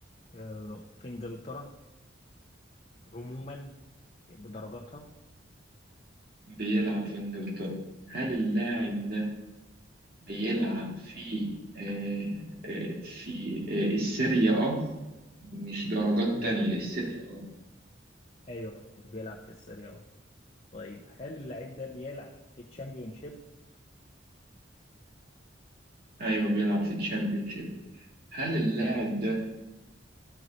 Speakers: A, on the left (about 35°); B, on the right (about 50°).
A: آه في إنجلترا عموما بدرجاتها
B: بيلعب في إنجلترا هل اللاعب ده بيلعب في آه، آه، في آه، السيريا أه مش درجات
A: بيلعب
B: تانية السيريا أه
A: ايوه بيلعب في السيريا اه طيب هل اللاعب ده بيلعب في تشامبيونشيب
B: أيوه بيلعب في الشامبيونشيب هل اللاعب ده